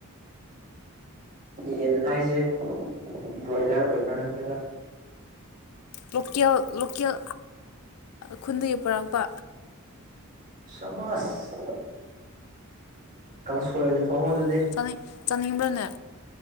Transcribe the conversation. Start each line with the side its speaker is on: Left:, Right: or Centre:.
Right: ꯌꯦꯟ ꯍꯥꯏꯁꯦ ꯕ꯭ꯔꯣꯏꯂꯔ ꯑꯣꯏꯕ꯭ꯔꯥ ꯅꯠꯇ꯭ꯔꯒ
Left: ꯂꯣꯀꯦꯜ ꯂꯣꯀꯦꯜ ꯈꯨꯟꯗꯒꯤ ꯄꯨꯔꯛꯄ
Right: ꯁꯃꯁ ꯀꯁ ꯐ ꯑꯣꯏꯅ ꯑꯗꯨꯗꯤ
Left: <unintelligible> ꯆꯟꯕꯔꯥꯅꯦ